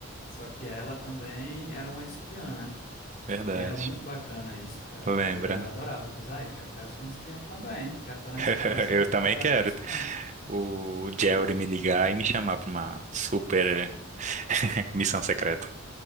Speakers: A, on the left (about 45°); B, on the right (about 35°).
A: só que ela também era uma espiã, né?
B: Verdade.
A: E era muito bacana isso, cara.
B: Lembra?
A: Eu eu adorava. Eu falava, ai, cara, eu quero ser um espião também. Quero estar na
B: <laughs>
A: escola e sair
B: Eu também
A: trabalhar
B: quero
A: como espião.
B: o Jerry me ligar e me chamar pra uma super <laughs> missão secreta.